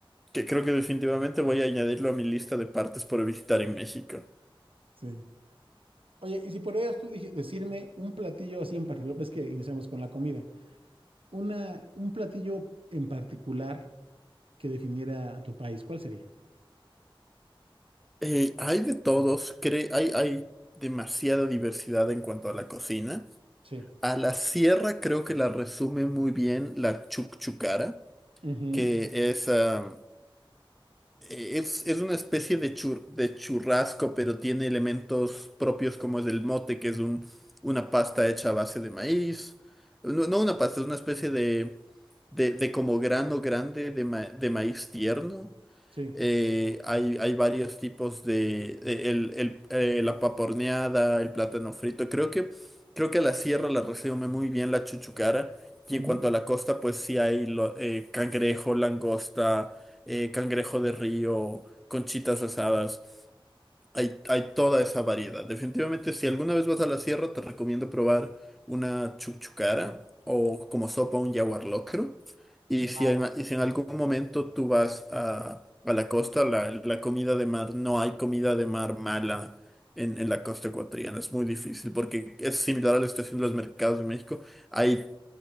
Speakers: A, in the centre; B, on the right (about 80°).
A: que creo que definitivamente voy a añadirlo a mi lista de partes por visitar en México.
B: Sí. Oye, y si podrías tú dije- decirme un platillo así en particular, ves que iniciamos con la comida, una, un platillo en particular que definiera a tu país, ¿cuál sería?
A: Eh, hay de todos, cre- hay, hay demasiada diversidad en cuanto a la cocina.
B: Sí.
A: A la sierra creo que la resume muy bien la chucchucara,
B: Ujú,
A: que es, ah, es, es una especie de, chur- de churrasco, pero tiene elementos propios como es el mote, que es un, una pasta hecha a base de maíz. No, no una pasta, es una especie de, de, de como grano grande de, ma- de maíz tierno.
B: Sí.
A: Eh, hay, hay varios tipos de eh, el- el- eh, la paporneada, el plátano frito. Creo que, creo que la sierra la resume muy bien la chuchucara. Y
B: ujú.
A: en cuanto a la costa, pues sí hay lo- eh, cangrejo, langosta, eh, cangrejo de río, conchitas asadas. Hay, hay toda esa variedad. Definitivamente, si alguna vez vas a la sierra, te recomiendo probar una chuchucara o como sopa un yaguar locro. Y
B: Wow.
A: si en, y si en algún momento tú vas a, a la costa, la, la comida de mar, no hay comida de mar mala en, en la costa ecuatoriana. Es muy difícil porque es similar a la situación de los mercados de México. Hay